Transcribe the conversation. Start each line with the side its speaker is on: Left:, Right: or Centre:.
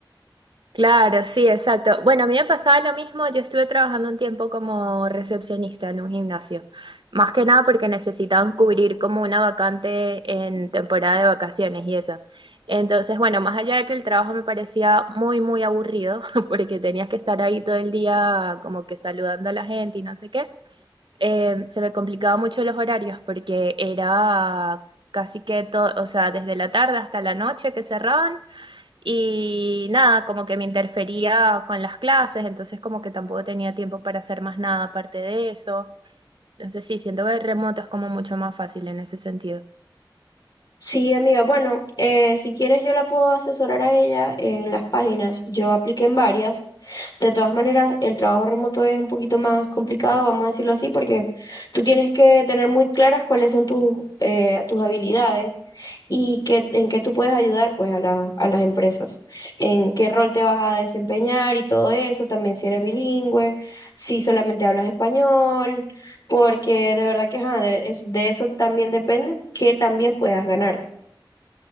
Right: Claro, sí, exacto. Bueno, a mí me pasaba lo mismo, yo estuve trabajando un tiempo como recepcionista en un gimnasio, más que nada porque necesitaban cubrir como una vacante en temporada de vacaciones y eso. Entonces, bueno, más allá de que el trabajo me parecía muy, muy aburrido, <laughs> porque tenías que estar ahí todo el día como que saludando a la gente y no sé qué, eh, se me complicaba mucho los horarios porque era casi que todo, o sea, desde la tarde hasta la noche que cerraban. Y nada, como que me interfería con las clases, entonces como que tampoco tenía tiempo para hacer más nada aparte de eso. Entonces sí, siento que el remoto es como mucho más fácil en ese sentido.
Left: Sí, amiga. Bueno, eh, si quieres yo la puedo asesorar a ella en las páginas. Yo apliqué en varias. De todas maneras, el trabajo remoto es un poquito más complicado, vamos a decirlo así, porque tú tienes que tener muy claras cuáles son tus, eh, tus habilidades y qué, en qué tú puedes ayudar pues a la- a las empresas, en qué rol te vas a desempeñar y todo eso, también si eres bilingüe, si solamente hablas español, porque de verdad que ajá, de, es- de eso también depende que también puedas ganar.